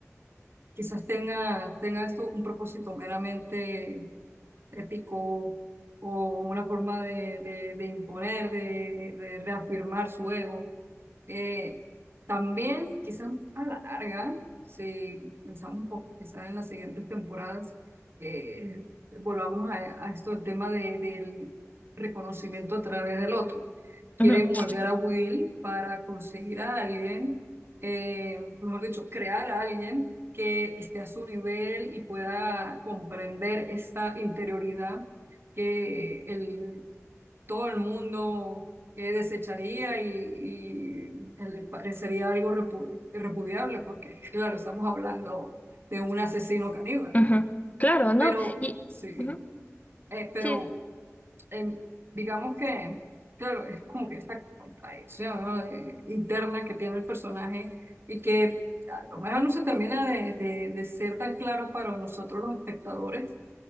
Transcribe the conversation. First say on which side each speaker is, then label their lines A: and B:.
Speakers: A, on the right; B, on the left.
A: quizás tenga, tenga esto un propósito meramente ético o una forma de, de- de imponer, de, de reafirmar su ego. Eh, también, quizás a la larga, si pensamos un poco, quizás en las siguientes temporadas, eh, volvamos a, a esto, el tema de- del reconocimiento a través del otro quieren
B: ujú,
A: moldear a Will para conseguir a alguien, eh, mejor dicho, crear a alguien que esté a su nivel y pueda comprender esta interioridad que el, todo el mundo eh, desecharía y, y le parecería algo repu- irrepudiable, porque claro, estamos hablando de un asesino caníbal,
B: ujú. Claro, ¿no?
A: pero
B: Y
A: sí,
B: ujú,
A: eh, pero
B: sí,
A: em, digamos que, claro, es como que esta contradicción, ¿no? de- interna que tiene el personaje y que a lo mejor no se termina de, de- de ser tan claro para nosotros los espectadores,